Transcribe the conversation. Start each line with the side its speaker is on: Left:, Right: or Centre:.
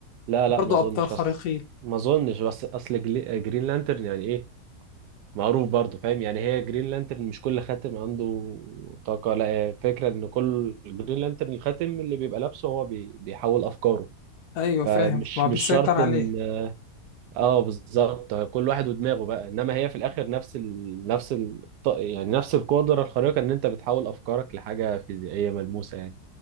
Right: لا لا
Left: برضه
Right: ما اظنش
Left: أبطال خارقين
Right: بس ما اظنش بس اصل جلي- جرين لانترن يعني ايه معروف برضه فاهم يعني هي جرين لانترن مش كل خاتم عنده طاقة لا هي فكرة ان كل جرين لانترن الخاتم اللي بيبقى لابسه هو بي... بيحول افكاره
Left: أيوة
Right: فمش
Left: فاهم ما
Right: مش
Left: بيسيطر
Right: شرط
Left: عليه
Right: ان اه بالظبط كل واحد ودماغه بقى انما هي في الاخر نفس ال... نفس ال... ط- يعني نفس القدره الخارقه ان انت بتحول افكارك لحاجه فيزيائيه ملموسه يعني